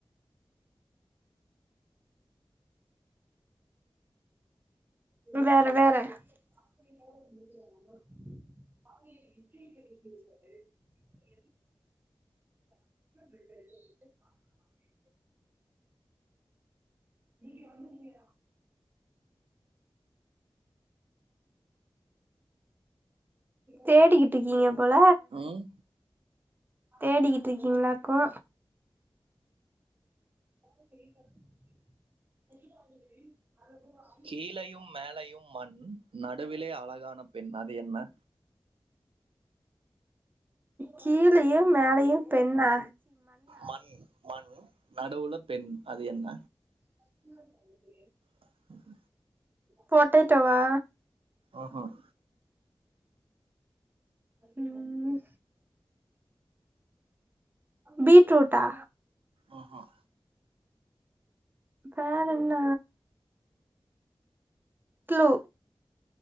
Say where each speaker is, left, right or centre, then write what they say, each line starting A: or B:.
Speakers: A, on the right (about 20°); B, on the right (about 85°).
A: வேற வேற <unintelligible> <unintelligible> <unintelligible> நீங்க வந்து தேடிக்கிட்ருக்கீங்க போல
B: ம்
A: தேடிக்கிட்ருக்கீங்களாக்கு <unintelligible>
B: கீழயும் மேலயும் மண் நடுவிலே அழகான பெண் அது என்ன
A: கீழயு மேலயு பெண்ணா
B: மண் மண் நடுவுல பெண் அது என்ன
A: <unintelligible>
B: <unintelligible>
A: பொட்டேட்டோவா
B: ம்ஹும்,
A: ம் பீட்ரூட்டா
B: ஆ ஆ
A: வேறென்ன க்ளூ